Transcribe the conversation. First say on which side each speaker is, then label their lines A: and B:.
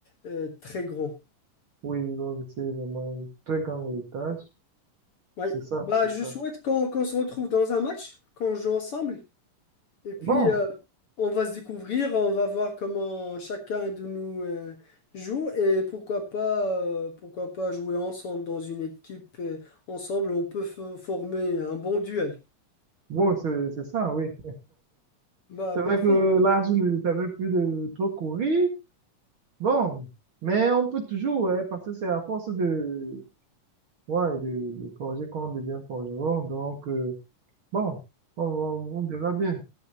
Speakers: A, on the left (about 50°); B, on the right (about 45°).
A: euh, très grand.
B: Oui, ils ont laissé vraiment un très grand héritage.
A: Oui.
B: C'est ça,
A: Bah,
B: c'est
A: je
B: ça.
A: souhaite qu'on qu'on se retrouve dans un match, qu'on joue ensemble. Et puis,
B: Bon,
A: euh, on va se découvrir, on va voir comment chacun de nous euh, joue. Et pourquoi pas, euh, pourquoi pas jouer ensemble dans une équipe. euh, ensemble, on peut fo- former un bon duel.
B: bon, c'est c'est ça, oui.
A: Bah,
B: C'est
A: parfait.
B: vrai que là, je ne savais plus de trop courir. Bon, mais on peut toujours, ouais, parce que c'est à force de, ouais, de, de forger qu'on devient forgeron. Donc, euh, bon, on, on on verra bien.